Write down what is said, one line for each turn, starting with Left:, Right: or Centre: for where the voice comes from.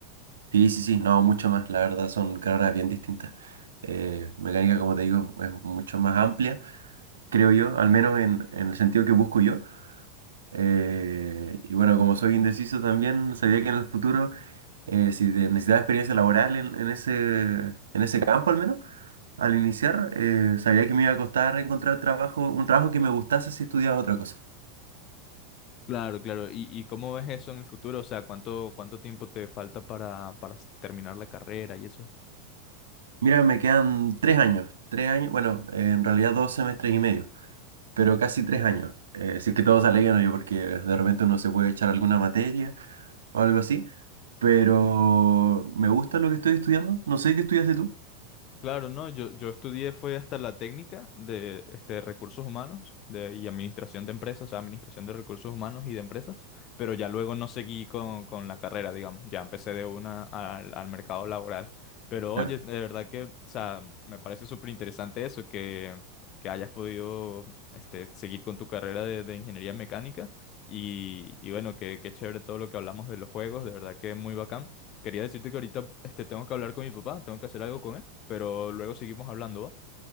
Right: Sí, sí, sí, no, mucho más. La verdad, son carreras bien distintas. Eh, mecánica, como te digo, es mucho más amplia creo yo, al menos en, en el sentido que busco yo. Eh, y bueno, como soy indeciso también, sabía que en el futuro, eh, si de- necesitaba experiencia laboral en, en ese, en ese campo al menos, al iniciar, eh, sabía que me iba a costar encontrar trabajo, un trabajo que me gustase si estudiaba otra cosa.
Left: Claro, claro. ¿Y, y cómo ves eso en el futuro? O sea, ¿cuánto, cuánto tiempo te falta para, para s- terminar la carrera y eso?
Right: Mira, me quedan tres años, tres años, bueno, eh, en realidad dos semestres y medio, pero casi tres años. Eh, si es que todo sale bien, yo porque de repente uno se puede echar alguna materia o algo así. pero me gusta lo que estoy estudiando. No sé qué estudiaste tú.
Left: Claro, no, yo, yo estudié fue hasta la técnica de este, recursos humanos de, y administración de empresas, o sea, administración de recursos humanos y de empresas, pero ya luego no seguí con, con la carrera, digamos, ya empecé de una al, al mercado laboral. Pero
Right: Claro.
Left: oye, de verdad que, o sea, me parece súper interesante eso, que, que hayas podido este, seguir con tu carrera de, de ingeniería mecánica y, y bueno, que qué qué chévere todo lo que hablamos de los juegos, de verdad que muy bacán. Quería decirte que ahorita este, tengo que hablar con mi papá, tengo que hacer algo con él, pero luego seguimos hablando, ¿va?